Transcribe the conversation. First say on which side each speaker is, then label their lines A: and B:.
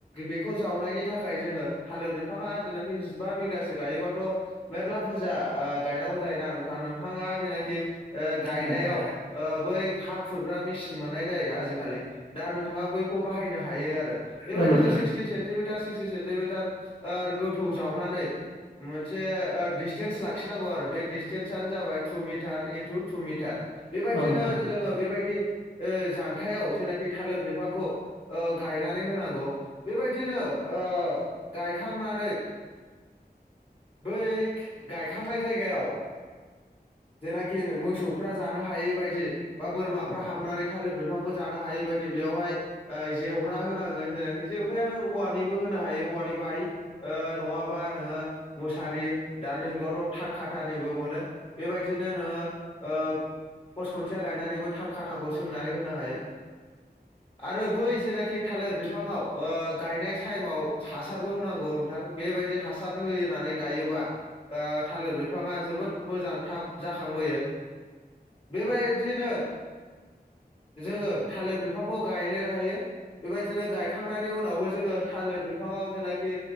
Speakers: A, on the left; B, on the left.
A: बेखौ जावनायनि थाखाय जोङो थालिर बिफाङा जेनाखि जिबा बिगासो गायोबाथ मेरला बुरजा ओ जायोना नोंथाङा जेनाखि गायनाय
B: औ नोंथां
A: बै हा खुरग्रा मेसिन मोननाय जायो आखालि दा नोंथाङा बैखौ बायनो हायो आरो बेबायदिनो
B: औ नोंथां
A: स्किटि सेन्टिमिटार स्किटि सेन्टिमिटार गोथौ जावनानै मोनसे डसटेन्स लाखिनांगौ आरो बे दिस्टेन्सआनो जाबाय two metre into two metre बेबायदिनो
B: औ नोंथां
A: जोङो बेबायदि जानथायाव जेनाख थालिर बिफां गायनानै होनांगौ बेबायदिनो ओ गायखांनानै बै गायखांनाय जायगायाव जेनाखि मोसौफ्रा जानो हायि बायदि बा बोरमाफ्रा हाबनानै थालिर बिफांखौ जानो हायि बायदि बेयावहाय ओ जेवरा फ्रा होनांगोन जेनाखि जेबोथ नों औवानिबो होनो हायो औवानि बारि नङाबा नोङो मुसारि दानि जुगावथ थार खााथार मोनो बेबायदिनो नोङो ओ पस खुन्थिया गायनानैबो थार खाथाखौ सोंनानै होनो हायो आरो बै जेनाखि थालिर बिफाङाव ओ गायनाय टाइमाव हासारबो होनांगौ नोंथां बेबायदि हासार होनानै गायोब्ला ओ थालिर बिफां बिफाङा जोबोद मोजां थाब जाखांबोयो बेबायदिनो जोङो थालिर बिफांखौ गायनो हायो बेबायदिनो गायखांनायनि उनावबो जोङो थालिर बिफाङाव जेनाखि